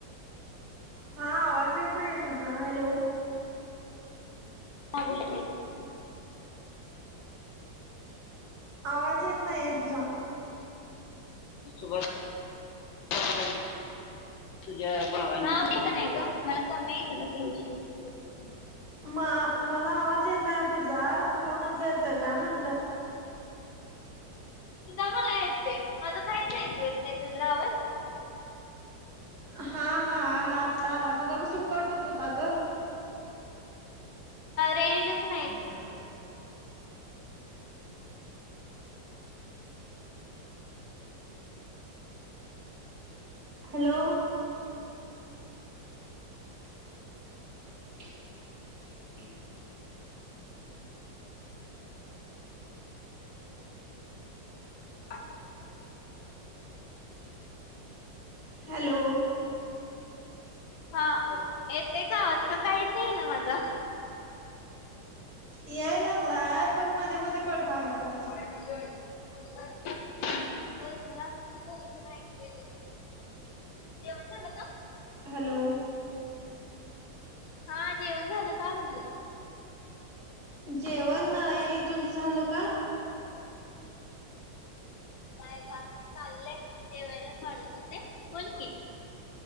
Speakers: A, on the right (about 55°); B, on the left (about 80°).
A: हा आवाज येत नाही तुझा हॅलो.
B: हा बोल की.
A: आवाज येत नाही आहे तुझा.
B: सुब <unintelligible> मला कमी आहे ईकडे रेंज <unintelligible>
A: म मला आवाज येत नाही तुझा तुला माझा येतोय काय म्हटलं.
B: तुझा मला येतोय माझा काहीच ऐकू येत नाही तुला आवाज.
A: हा हा आला आता आला मगापसून कट होत होता ग.
B: रेंजच नाही.
A: ह. हॅलो. <unintelligible>
B: अ.
A: हॅलो.
B: हा येते का आवाज का काहीच आहे ना माझं.
A: याय लागलाय पण मध्ये मध्ये कट व्हायला लागलाय.
B: म्हणजे <unintelligible> जेवन झाल का?
A: हॅलो.
B: हा जेवण झालं का म्हनलं
A: जेवण नाही तुझ झालं का?
B: नाही बघ अजून चाललय जेवायला च वाढत होते बोल की.